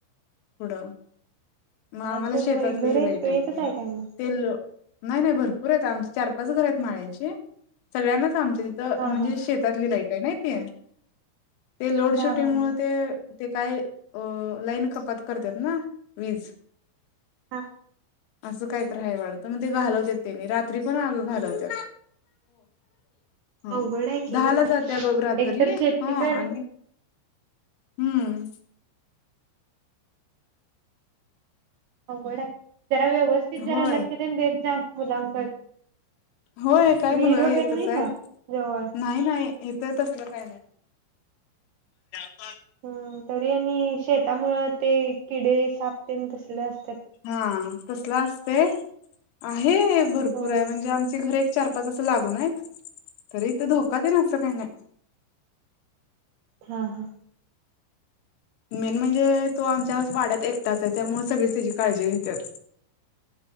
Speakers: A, on the left; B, on the right.
A: पुढं. मग आम्हाला
B: अच्छा
A: शेतातली
B: घर एक
A: लाईट
B: एकच
A: येते
B: आहे काय मग
A: तेल नाही नाही भरपूर आहेत आमच. चार पाच घर आहेत माळ्यांची. सगळ्यांनाच आमच्या तिथ
B: हा
A: म्हणजे
B: हा
A: शेतातली लाईट आहे नाही ती ते लोड
B: हा
A: शेटिंग
B: हा हा
A: मुळ ते ते काय अ लाईन कपात करत्यात ना, वीज.
B: हां.
A: असं कायतर हाय वाटत म ते घालवत त्यांनी रात्री पण आग घालवत्यात. हा
B: अवघड आहे की
A: दहाला
B: ग
A: जातिया बघ रात्री
B: एकतर
A: ह
B: शेतीकड
A: आणि हम्म.
B: आवगड हाय जरा व्यवस्थित
A: होय
B: जरा लक्ष तेन देत जा मुलांकड.
A: होय काय
B: विहीर
A: मुलगा
B: वगैरे
A: एकच
B: नाही
A: हाय.
B: ना जवळ
A: नाही नाही इथ तसलं काय नाही. <inaudible>
B: हम्म तरी आणि शेतामुळ ते किडे साप तेन तसल अस
A: हा तसल आस ते आहे. हे भरपूर
B: होय
A: आहे. म्हणजे आमची घर एक चार पाच आस लागून आहीत तरी इथ धोका तेन असं काय नाय.
B: हा हा.
A: मेन म्हणजे तो आम च्याच वाड्यात एकटाच आहे तो. त्यामुळे सगळीच त्याची काळजी घेत्यात.